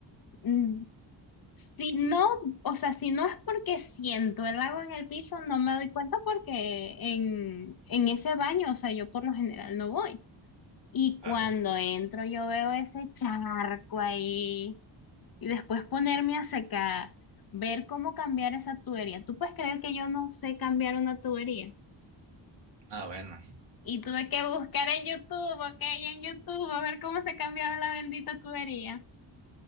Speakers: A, on the left (about 50°); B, on the right (about 70°).
A: mm, si no, o sea, si no es porque siento el agua en el piso, no me doy cuenta porque en en ese baño, o sea, yo por lo general no voy. Y
B: Claro.
A: cuando entro yo veo ese charco ahí y después ponerme a secar, ver cómo cambiar esa tubería. ¿Tú puedes creer que yo no sé cambiar una tubería?
B: Ah, bueno.
A: Y tuve que buscar en YouTube, ok, en YouTube, a ver cómo se cambiaba la bendita tubería.